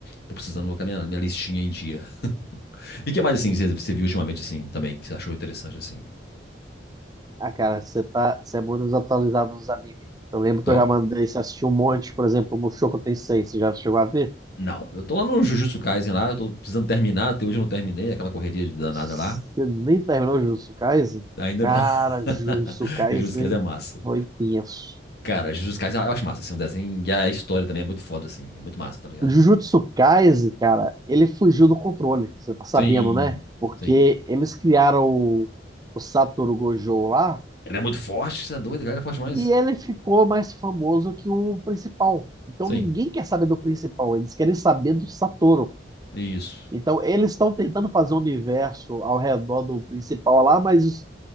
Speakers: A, on the left; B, on the right.
A: Tô precisando colocar minha, minha listinha em dia. <laughs> E o que mais, assim, você você viu ultimamente, assim, também, que você achou interessante, assim?
B: Ah, cara, você tá, você é muito desatualizado nos animes. Eu lembro
A: Tó.
B: que eu já mandei você assistir um monte, por exemplo, o Mushoku Tensei, você já chegou a ver?
A: Não, eu tô lá no Jujutsu Kaisen lá, eu tô precisando terminar, até hoje eu não terminei, aquela correria de danada
B: Você
A: lá.
B: nem terminou Jujutsu Kaisen?
A: Ainda
B: Cara,
A: não. <laughs>
B: Jujutsu Kaisen
A: Jujutsu Kaisen é massa.
B: foi tenso.
A: Cara, Jujutsu Kaisen eu acho massa, assim, o desenho e a história também é muito foda, assim, é muito massa, tá ligado?
B: O Jujutsu Kaisen, cara, ele fugiu do controle, você tá sabendo,
A: Sim,
B: né? Porque
A: sim.
B: eles criaram o, o Satoru Gojo lá,
A: Ele é muito forte, você é doido, cara, ele é forte demais.
B: E ele ficou mais famoso que o principal. Então
A: Sim,
B: ninguém quer saber do principal, eles querem saber do Satoru.
A: isso,
B: Então eles estão tentando fazer um universo ao redor do principal lá, mas os-